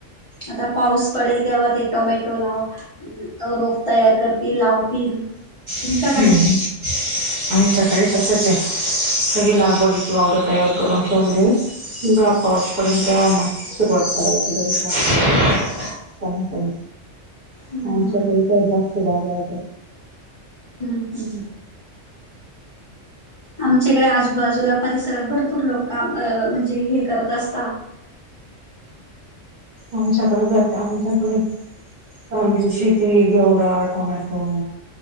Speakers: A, on the left; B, on the right.
A: आता पाऊस पडेल तेव्हा ते टोमॅटो लाव रोफ तयार करतील लावतील. तुमच्याकडे
B: हम्म हम्म आमच्याकडे तसंचे. सगळी लागवडीची वावरं तयार करुन ठेवली. जेव्हा पाऊस पडेल तेव्हा मंग सुरुवात करायची लगेच लाग पण पण
A: हम्म
B: आमच्याकडे तेव्हा द्राक्षं बाग राहते.
A: हम्म हम्. आमच्याकडे आजूबाजूला परिसरात भरपूर लोक काम् म्हणजे हे करत असता.
B: आमच्याकडे जाते आमच्याकडे आमची शेती घेवडा, टोमॅटो